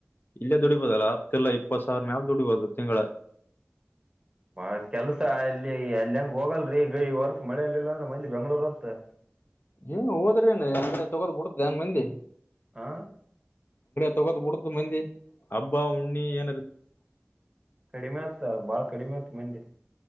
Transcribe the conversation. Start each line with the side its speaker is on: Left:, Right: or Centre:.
Left: ಇಲ್ಲೇ ದುಡಿಬೋದಲ್ಲ ಹತ್ತಲ್ಲಾ ಇಪ್ಪತ್ತ್ ಸಾವಿರ ಮ್ಯಾಲ ದುಡಿಬೋದು ತಿಂಗಳ.
Right: ಆ ಕೆಲ್ಸ ಅಲ್ಲಿ ಎಲ್ಲಿ ಹೆಂಗ ಹೋಗಲ್ರೀ ಈಗ್ ಈ ವರ್ಷ ಮಳೆೆಯಲ್ಲಿಲ್ಲಾಂದ್ರೆ ಮಂದಿ ಬೆಂಗ್ಳೂರ್ <unintelligible>
Left: ಏನ್ ಹೋದ್ರ ಏನ್ <unintelligible> ತಗೋದ್ <unintelligible> ಮಂದಿ.
Right: ಆ
Left: ತಗೋಕ್ ಬಿಡುದಿಲ್ಲ ಮಂದಿ ಹಬ್ಬಾ, ಉಣ್ಣಿ ಏನರ
Right: ಕಡಿಮೆ ಆತ್ ಬಾಳ ಕಡಿಮೆ ಆತ್ ಮಂದಿ.